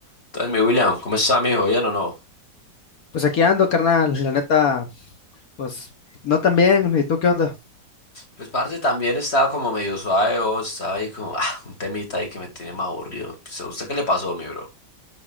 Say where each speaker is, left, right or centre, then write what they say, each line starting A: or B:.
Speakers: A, on the left; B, on the left.
A: Entonces, mi William, ¿cómo está, mijo? ¿Bien o no?
B: Pues aquí ando, carnal, la neta, pues no tan bien, ¿y tú qué onda?
A: Pues, parce, también estaba como medio suave, o estaba ahí como, <laughs> ah, un temita ahí que me tenía más aburrido. Pues, ¿A usted qué le pasó, mi bro?